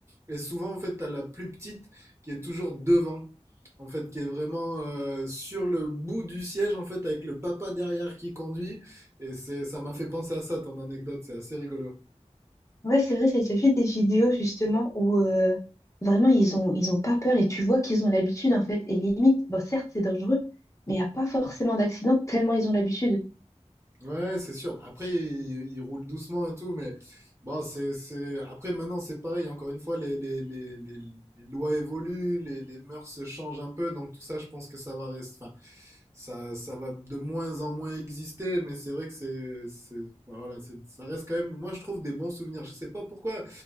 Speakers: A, on the right; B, on the left.
A: Et souvent, en fait, t'as la plus petite qui est toujours devant. En fait, qui est vraiment euh, sur le bout du siège, en fait, avec le papa derrière qui conduit. Et c'est, ça m'a fait penser à ça, ton anecdote. C'est assez rigolo.
B: Ouais, c'est vrai, j'ai déjà vu des vidéos justement où euh, vraiment ils ont ils ont pas peur et tu vois qu'ils ont l'habitude en fait. Et limite, bon certes c'est dangereux, mais il n'y a pas forcément d'accident tellement ils ont l'habitude.
A: Ouais, c'est sûr. Après, il, il roule doucement et tout, mais bon, c'est, c'est... Après, maintenant, c'est pareil. Encore une fois, les, les, les, les, les lois évoluent, les, les mœurs se changent un peu, donc tout ça, je pense que ça va rester. Enfin, ça, ça va de moins en moins exister, mais c'est vrai que c'est, c'est, ouais, voilà, c'est, ça reste quand même, moi je trouve des bons souvenirs. Je sais pas pourquoi,